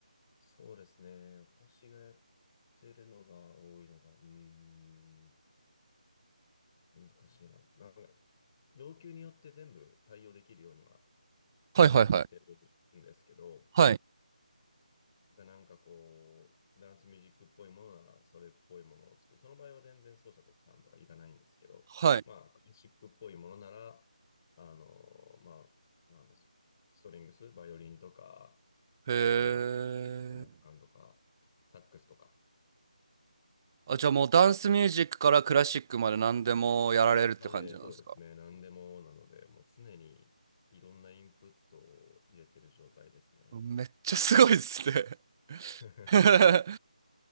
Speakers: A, on the left (about 25°); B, on the right (about 25°).
A: そうですね。私がやってるのが多いのが、うーん、難しいな。なんか、要求によって全部対応できるようには、
B: はいはいはい。
A: あの、してるんですけど、
B: はい。
A: なんかこう、ダンスミュージックっぽいものなら、それっぽいものを作る。その場合は全然奏者とかさんとかいらないんですけど、
B: はい。
A: まあ、クラシックっぽいものなら、あの、まあ、あの、ストリングス、バイオリンとか、
B: へえ。
A: あと管楽器とか木管とか、サックスとか、
B: あ、じゃあもうダンスミュージックからクラシックまで何でもやられるって感じなんですか
A: まで、そうですね。何でもなので、もう常にいろんなインプットを入れてる状態ですね。
B: めっちゃすごいっすね
A: <laughs>
B: <laughs> え